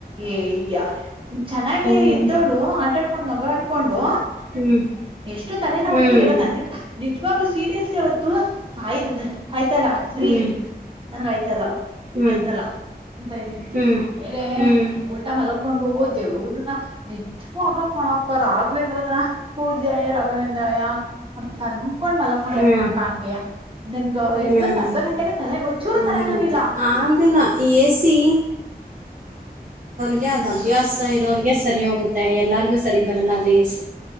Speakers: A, on the right; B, on the right.
A: ಏಯ ಚೆನ್ನಾಗಿ
B: ಹ್ಮ್
A: ಇದ್ದವಳು ಆಟಾಡ್ಕೊಂಡ್ ನಗಾ ಆಡ್ಕೊಂಡು.
B: ಹ್ಮ್
A: ಎಷ್ಟು ತಲೆನೊವ
B: ಹ್ಮ್
A: ಅಂದ್ರೆ ಹೇಳೋದು ನನ್ ನಿ್. ಇವಾಗಲ ಸೀರಿಯಸ್ಲಿ ಅವತ್ತು. ಆಯ್ತಿ ಆಯ್ತಿಲ್ಲ
B: ಹ್ಮ್
A: ರಿ ನನ್ಗ ಆಯ್ತಿಲ್ಲ
B: ಹ್ಮ್
A: ಆಯ್ತಿಲ್ಲ ಎಂತ ಇದ್ದೀವಿ
B: ಹ್ಮ್
A: ಆಮೇಲೆ
B: ಹ್ಮ್
A: ಉಲ್ಟ ಮಲಗು. ಮಕೊಂಡು ದೇವ್ರನ ನಿಜವಾಗ್ಲೂ ಕಣಕ ರಾಗ್ವೇಂದ್ರನ. ಪೂಜೆಯ ರಾಘವೇಂದ್ರ ಮ. ಅಯ್ ಅಂತ ಅನ್ಕೊಂಡ್ ಮಲಕೊಂಡೆ
B: ಹ್ಮ್
A: ಕಣಕಂಗೆ ನನ್ಗ
B: ಹ್ಮ್ ಹ್ಮ್
A: ಎದ್ದೊಂದ್ ಅರ್ಧ ಗಂಟೆಗೆ ತಲೆ ಒಂಚೂರು
B: ಅದೇ
A: ತಲೆನೋವಿಲ್ಲ.
B: ಮತ್ತೆ ಆಗಲ್ಲ ಎ ಸಿ ಅದ್ ಅಭ್ಯಾಸ ಇರೋರ್ಗೆ ಸರಿ ಹೋಗುತ್ತೆ ಎಲ್ಲಾರ್ಗೂ ಸರಿ ಬರಲ್ಲ ಅದು ಎಸಿ.